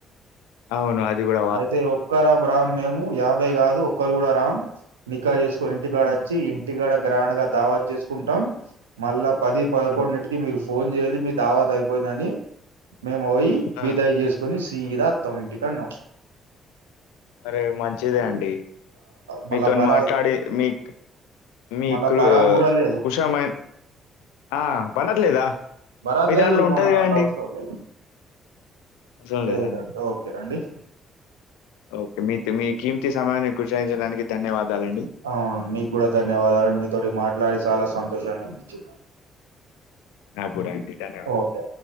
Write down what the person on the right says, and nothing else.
ఐతే ఒక్కరాం రామ్ మేము యాభై గాదు ఒక్కళ్ గూడా రామ్ నిక్కా జేస్కొని ఇంటికాడ
వచ్చి ఇంటికాడ గ్రాండ్ గా దావత్ జేస్కుంటం మళ్ళా పది పదకొండిన్నిటికి
మీరు ఫోన్ జేయాలి మీ దావాత్ అయ్పోయిందని మేము వోయ్ మిగ్తాయి
జేస్కొని సీదా అత్తాం ఇంటికన్నోవ్
మళ్ళా
బరాత్
మళ్ళా బరాత్ కూడా లేదు
భరాత్
లేదు
మాక్
అవ్సరం లేదు
లేదండి
ఓకే రండి
అవును మీగ్గూడా ధన్యవాదాలు మీతోటి మాట్లాడి సాలా సంతోషంగా అనిపించిందా
ఓకే